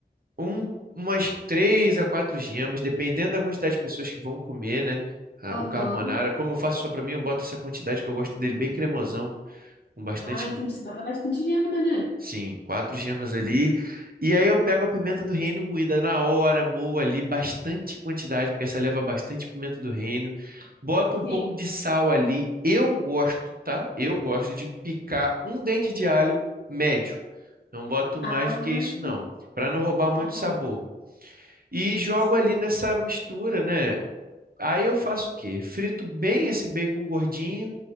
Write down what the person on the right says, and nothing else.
Um, umas três a quatro gemas, dependendo da quantidade de pessoas que vão comer, né? Ah,
o carbonara, como eu faço só pra mim, eu boto essa quantidade que eu gosto dele bem cremosão, com bastante,
sim, quatro gemas ali. E aí eu pego a pimenta do reino moída na hora, moo ali bastante quantidade, porque essa leva bastante pimenta do reino. Bota um
pouco de sal ali. Eu gosto, tá? Eu gosto de picar um dente de alho médio Não boto
mais do que isso, não, para não roubar muito
sabor. E jogo
ali nessa mistura, né? Aí eu faço o quê? Frito bem esse bacon gordinho,